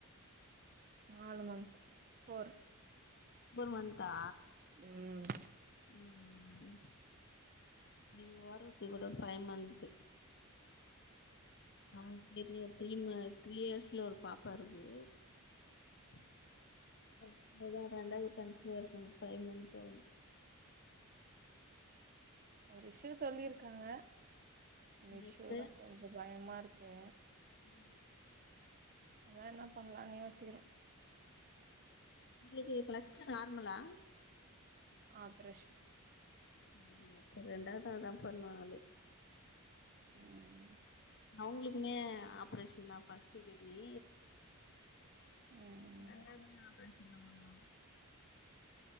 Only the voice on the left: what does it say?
ஒம்பது மந்த்தா
ம் ம் எங் ஓரங்கத்தி கூட ஃபைவ் மந்த்து ஆ அந்த பிள்ளைக்கு த்ரீ ம த்ரீ இயர்ஸ்ல ஒரு பாப்பா இருக்கு <inaudible> தா ரெண்டாவ்து கன்சீவ்வா இருக்காங்க ஃபைவ் மந்த் ஆவுது
என்ன
சிஸ்டர்
இல்ல
உங்களுக்கு க்லஸ்ட்டு நார்மலா
ம் அப்ப ரெண்டாவ்தா தா பொற்ந்தோ ஆலு
அவுங்ளுக்குமே ஆப்ரேஷுன் தா ஃபஸ்ட்டு பெமி
ரெண்டாதுமே ஆப்ரேஷுன் தா பன்னுவாங்க